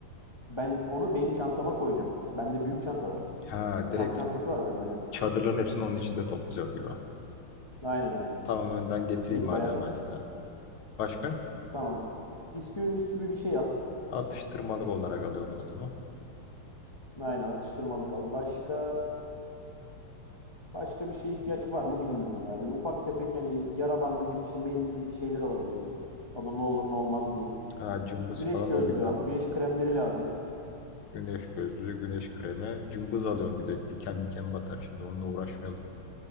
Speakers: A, on the left (about 35°); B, on the left (about 75°).
A: Ben onu benim çantama koyacağım. Bende büyük çanta var.
B: Ha direkt
A: Kamp çantası
B: bu
A: var bende aynen.
B: çadırların hepsini onun içinde toplayacağız gibi.
A: Aynen aynen.
B: Tamam önden getireyim
A: Benimki
B: madem
A: bayağı büyük.
B: ben size. Başka?
A: Tamam. Bisküvi müsküvi bir şey al.
B: Atıştırmalık olarak alıyorum notumu.
A: Aynen atıştırmalık al. Başka başka bir şeye ihtiyaç var mı bilmiyorum ya. Böyle ufak tefek yani yara bandı gibi şey, mendil gibi şeyler alabilirsin. O da ne olur ne olmaz diye.
B: Ha cımbız
A: Güneş
B: falan
A: gözlüğü
B: alayım lan.
A: al. Güneş kremleri lazım.
B: Güneş gözlüğü, güneş kremi. Cımbız alıyorum bir de diken miken batar. Şimdi onunla uğraşmayalım.